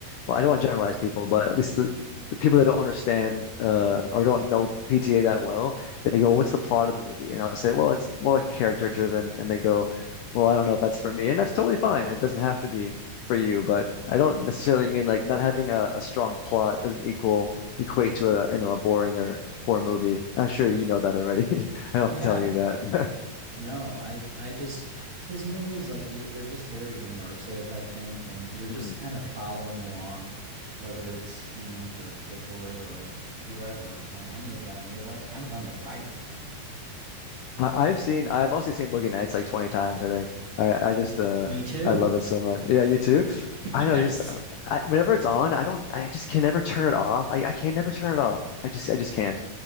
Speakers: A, on the left; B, on the right.
A: well, I don't want to generalize people, but at least the, the people that don't understand uh, or don't know PTA that well, they go, "Well, "What's the plot of the movie?" And I'll say, "Well, it's more like character driven." And they go, "Well, I don't know if that's for me," and that's totally fine. It doesn't have to be for you, but I don't necessarily mean like not having a, a strong plot doesn't equal equate to a you know a boring or poor movie. I'm sure you know that already. <laughs> I don't
B: Yeah.
A: have to tell you that. <laughs>
B: No, I I just his movies like you, they're just very immersive, I think, and you're just
A: Mhm.
B: kind of following along, whether it's, you know, Dirk Diggler or whoever from any of them, you're like kind of on the ride with them.
A: I, I've seen, I've also seen Boogie Nights like 20 times, I think. I, I
B: M-
A: just, uh,
B: Me too.
A: I love it so much. Yeah, you too.
B: <laughs>
A: I know,
B: Yes.
A: just, I, whenever it's on, I don't, I just can never turn it off. I, I can never turn it off. I just, I just can't.